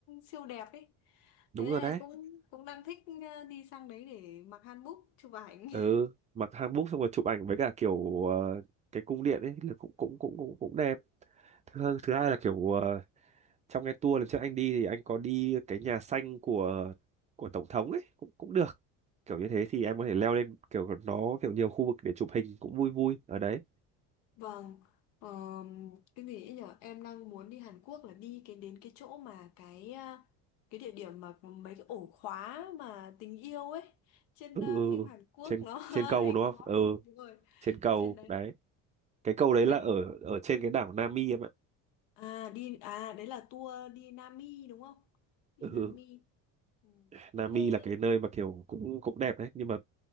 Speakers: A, on the left (about 85°); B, on the right (about 20°).
A: siêu đẹp ấy.
B: Đúng
A: Thế
B: rồi
A: là
B: đấy.
A: cũng cũng đang thích ờ, đi sang đấy để mặc hanbok chụp ảnh. <laughs>
B: Ừ, mặc hàng búc xong rồi chụp ảnh với cả kiểu ờ, cái cung điện ấy là cũng cũng cũng cũng cũng đẹp. Thứ thứ hai là kiểu ờ, trong cái tour lần trước anh đi thì anh có đi cái nhà xanh của của tổng thống ấy cũng cũng được kiểu như thế thì em có thể leo lên kiểu nó kiểu nhiều khu vực để chụp hình cũng vui vui ở đấy
A: Vâng. ờ, cái gì ấy nhở? Em đang muốn đi Hàn Quốc là đi cái đến cái chỗ mà cái ờ, cái địa điểm mà có mấy cái ổ khóa mà tình yêu ấy trên
B: ừ,
A: ờ,
B: ừ,
A: phim
B: ừ.
A: Hàn Quốc
B: trên
A: nó <laughs>
B: trên cầu
A: hay
B: đúng
A: có.
B: không ừ
A: Đúng rồi.
B: trên cầu
A: Trên đấy
B: đấy cái cầu đấy
A: cái đấy.
B: là ở ở trên cái đảo Nami em ạ
A: À đi à đấy là tour đi Nam Mi đúng không? Đi
B: ừ
A: Nam
B: ừ.
A: Mi. Ừ.
B: Nami
A: Thế
B: là cái nơi mà kiểu cũng cũng đẹp đấy nhưng mà